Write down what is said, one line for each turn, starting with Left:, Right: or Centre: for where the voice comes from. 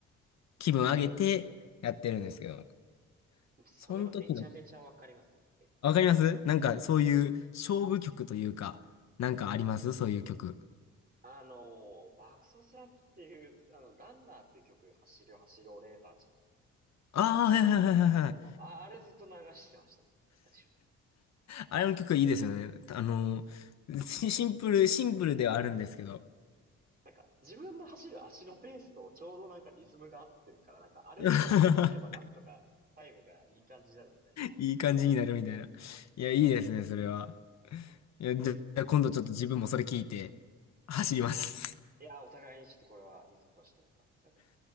Left: 気分上げてやってるんですけど、
Right: ー。それはめちゃめちゃわかりますね。
Left: その時の、
Right: え
Left: わかりますなんかそういう勝負曲というか、なんかありますそういう曲。
Right: あのー、爆走スランプっていう、あの、ランナーっていう曲、走る走るオレーターチみたいな
Left: ああ、はいはいはいはいはい。
Right: もう、あ、あれずっと流してましたね。私も
Left: あれの曲いいですよね。あの、シンプル、シンプルではあるんですけど。
Right: なんか、自分の走る足のペースとちょうどなんかリズムが合ってるから、なんか、あれに乗って走ればなんとかタイムがいい感じになるみたいな。
Left: <laughs> いい感じになるみたいな。いや、いいですね、それは。いや、じゃあ、今度ちょっと自分もそれ聞いて、走ります。
Right: いやー、お互いにちょっとこれはいい曲をしてもらったんで、それで。